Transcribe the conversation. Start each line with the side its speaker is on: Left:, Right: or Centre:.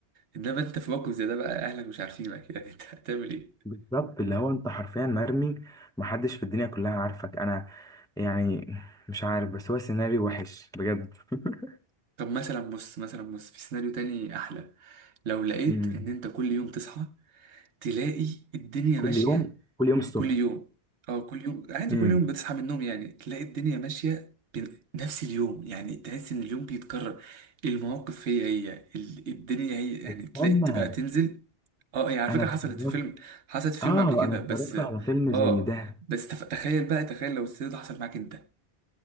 Right: انما انت في موقف زي ده بقى اهلك مش عارفينك <laughs> يعني انت هتعمل ايه
Centre: بالظبط اللي هو انت حرفيا مرمي محدش في الدنيا كلها عارفك انا يعني مش عارف بس هو سيناريو وحش بجد <laughs>
Right: طب مثلا بص مثلا بص في سيناريو تاني احلى لو لقيت
Centre: أمم.
Right: ان انت كل يوم تصحى تلاقي الدنيا
Centre: كل
Right: ماشيه
Centre: يوم كل يوم الصبح
Right: كل يوم اه كل يوم عادي
Centre: امم
Right: كل يوم بتصحى من النوم يعني تلاقي الدنيا ماشيه بنفس اليوم يعني تحس ان اليوم بيتكرر المواقف هي هي ال- الدنيا هي يعني
Centre: استنى
Right: تلاقي تبقى تنزل اه هي على
Centre: انا
Right: فكرة
Centre: اتفرجت
Right: حصلت في فيلم حصلت في فيلم
Centre: اه
Right: قبل كده
Centre: انا اتفرجت
Right: بس
Centre: على فيلم زي
Right: اه
Centre: ده
Right: بس تف... تخيل بقى تخيل لو السيناريو ده حصل معاك انت